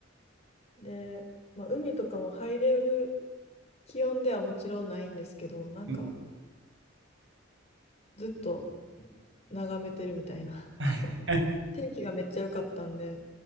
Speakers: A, on the left; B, on the right.
A: で、まあ、海とかも入れる気温ではもちろんないんですけど、なんか
B: うん。
A: ずっと眺めてるみたいな、
B: はい。
A: <laughs> その天気がめっちゃ良かったんで、